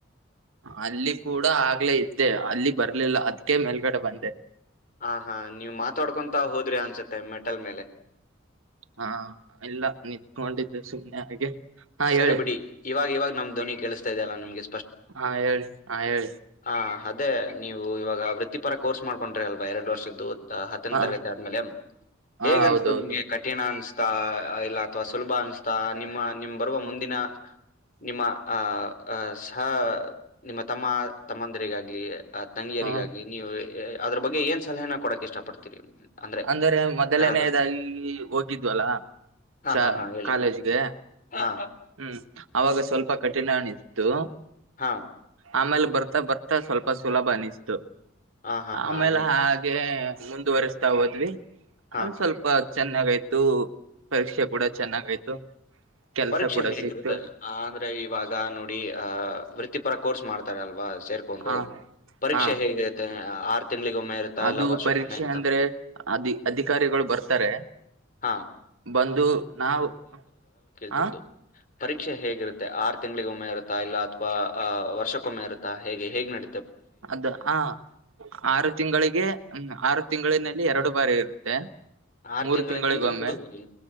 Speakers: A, on the right; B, on the left.
A: ಅಲ್ಲಿ ಕೂಡ ಆಗ್ಲೇ ಇದ್ದೆ ಅಲ್ಲಿ ಬರ್ಲಿಲ್ಲ ಅದಕ್ಕೆ ಮೇಲ್ಗಡೆ ಬಂದೆ.
B: ಹಾ ಹಾ ನೀವ್ ಮಾತಾಡ್ಕೊಂತಾ ಹೋದ್ರಿ ಅನ್ಸುತ್ತೆ ಮೆಟಲ್ ಮೇಲೆ.
A: ಹಾ ಇಲ್ಲಾ ನಿತ್ಕೊಂಡಿದ್ದೆ ಸುಮ್ನೆ ಹಾಗೆ. ಹಾ
B: ಸರೆ
A: ಹೇಳಿ
B: ಬಿಡಿ ಇವಾಗ ಇವಾಗ. ನಮ್ಮ ಧ್ವನಿ ಕೇಳಸ್ತಾ ಇದೆ ಅಲ್ಲಾ ನಿಂಗೆ
A: ಹಾ ಏಳಿ ಹಾ ಏಳಿ.
B: ಆ ಅದೇ ನೀವು ಇವಾಗ ವೃತ್ತಿಪರ ಕೋರ್ಸ್ ಮಾಡ್ಕೊ ಅಲ್ವಾ ಎರಡು ವರ್ಷದ್ದು ಹತ್ತನ
A: ಹಾ
B: ತರಗತಿ ಆದ್ಮೇಲೆ
A: ಹಾ
B: ಹೇಗ
A: ಹೌದೌದು
B: ಅನ್ಸಿತು ನಿಮ್ಗೆ ಕಠಿಣ ಅನ್ಸ್ ಆ ಇಲ್ಲಾ ಅಥವಾ ಸುಲಭ ಅನಿಸ್ತಾ ನಿಮ್ಮ ನಿಮ್ ಬರುವ ಮುಂದಿನ. ನಿಮ್ಮಾ ಆ ಅ ಸಾ ನಿಮ್ಮ ತಮ್ಮ ತಮ್ಮಂದ್ರಿಗಾಗ್ಲಿ ತಂಗಿಯರಿಗಾಗಲಿ
A: ಹಾ
B: ನೀವು ಅದ್ರ ಬಗ್ಗೆ ಏನ್ ಸಲಹೆನ ಕೊಡಕ್ಕೆ ಇಷ್ಟಪಡ್ತೀರಿ ಅಂದರೆ
A: ಅಂದ್ರೆ ಮೊದಲನೇದಾಗಿ
B: ಯಾರಾದ್ರೂ
A: ಹೋಗಿದ್ವಲ್ಲ
B: ಹಾಂ
A: ಶ
B: ಹಾಂ ಹಾಂ ಹೇಳಿ.
A: ಕಾಲೇಜ್ಗೆ
B: ಹಾ
A: ಹ್ಮ್ ಅವಾಗ ಸ್ವಲ್ಪ ಕಠಿಣ ಅನಿಸ್ತು.
B: ಹಾ
A: ಆಮೇಲೆ ಬರ್ತಾ ಬರ್ತಾ ಸ್ವಲ್ಪ ಸುಲಭ ಅನಿಸ್ತು.
B: ಹಾ ಹಾ ಹಾ
A: ಆಮೇಲೆ
B: ನೀ
A: ಹಾಗೆ ಮುಂದುವರೆಸ್ತಾ ಹೋದ್ವಿ
B: ಹಾ
A: ಒಂದ್ ಸ್ವಲ್ಪ ಚೆನ್ನಾಗಯ್ತು ಪರೀಕ್ಷೆ ಕೂಡ ಚೆನ್ನಾಗಯ್ತು. ಕೆಲ್ಸ
B: ಪರೀಕ್ಷೆ ಹೇಗಿರುತ್ತೆ
A: ಸಿಕ್ತು
B: ಆದ್ರೆ ಇವಾಗ ನೋಡಿ ಆ ವೃತ್ತಿಪರ ಕೋರ್ಸ್ ಮಾಡ್ತಾರೆಲ್ವಾ. ಸೇರ್ಕೊಂಡು
A: ಹ
B: ಪರೀಕ್ಷೆ
A: ಹಾ
B: ಹೇಗೆತ್ ಹ ಆರ್ ತಿಂಗಳಿಗೊಮ್ಮೆ ಇರುತ್ತಾ
A: ಅದು
B: ಇಲ್ಲ ವರ್ಷಕ್ಕೊಮ್ಮೆ
A: ಪರೀಕ್ಷೆ
B: ಇರುತ್ತಾ
A: ಅಂದ್ರೆ ಅಧಿ ಅಧಿಕಾರಿಗಳು ಬರ್ತಾರೆ
B: ಹಾ
A: ಬಂದು ನಾವು
B: ತಿರುದು
A: ಹ
B: ಪರೀಕ್ಷೆ ಹೇಗಿರುತ್ತೆ ಆರು ತಿಂಗ್ಳ್ಗ್ ಒಮ್ಮೆ ಇರುತ್ತಾ ಇಲ್ಲಾ ಅಥವಾ ಆ ವರ್ಷಕ್ಕೊಮ್ಮೆ ಇರತ್ತಾ ಹೇಗೆ ಹೇಗ್ ನಡಿ
A: ಅದ ಆ ಆರು ತಿಂಗಳಿಗೆ ಮ್ ಆರು ತಿಂಗಳಿನಲ್ಲಿ ಎರಡು. ಬರಿ ಇರತ್ತೆ
B: ಆರ್
A: ಮೂರು
B: ತಿಂಗಳಿನಲ್ಲಿ
A: ತಿಂಗಳಿಗೊಮ್ಮೆ
B: ಎರಡು ಬರೀ